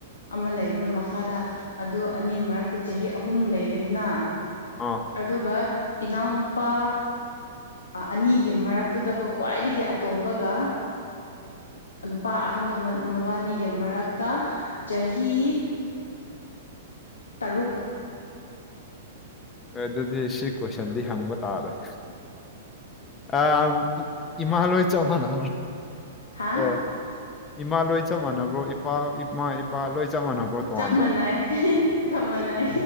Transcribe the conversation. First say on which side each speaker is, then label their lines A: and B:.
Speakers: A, on the left; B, on the left.
A: ꯑꯃ ꯂꯩꯕꯗꯣ ꯃꯈꯥꯗ ꯑꯗꯨ ꯑꯅꯤ ꯃꯔꯛꯇ ꯆꯍꯤ ꯑꯍꯨꯝ ꯂꯩꯔꯦꯗꯅ
B: ꯑꯥ
A: ꯑꯗꯨꯒ ꯏꯅꯥꯎꯅꯨꯄꯥ ꯑꯅꯤꯒꯤ ꯃꯔꯛꯇꯨꯗꯀꯣ ꯈ꯭ꯋꯥꯏꯗꯒꯤ ꯑꯇꯣꯝꯕꯒ ꯅꯨꯄꯥ ꯑꯍꯟꯗꯣ ꯃꯕꯥꯅꯤꯒꯤ ꯃꯔꯛꯇ ꯆꯍꯤ ꯇꯔꯨꯛ
B: ꯑꯗꯨꯗꯤ ꯁꯤ ꯀꯣꯏꯁꯟꯗꯤ ꯍꯪꯕ ꯇꯥꯔꯣꯏ ꯑ ꯏꯃꯥꯂꯣꯏ ꯆꯕꯅ
A: ꯍꯥ
B: ꯑꯣ ꯏꯃꯥ ꯂꯣꯏ ꯆꯞ ꯃꯥꯟꯅꯕ꯭ꯔꯣ ꯏꯄꯥ ꯏꯃꯥ ꯏꯄꯥ ꯂꯣꯏ ꯆꯞ ꯃꯥꯟꯅꯕ꯭ꯔꯣ ꯇꯣꯉꯥꯟꯕ꯭ꯔꯣ
A: ꯆꯞ ꯃꯥꯟꯅꯩ ꯆꯞ ꯃꯥꯟꯅꯩ